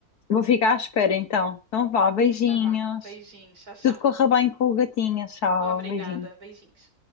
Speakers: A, on the left (about 85°); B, on the right (about 75°).
A: Vou ficar à espera então. Então vá, beijinhos.
B: Tá vá. Beijinhos. Tchau, tchau.
A: Tudo corra bem com o gatinho. Tchau,
B: Obrigada.
A: beijinhos.
B: Beijinhos.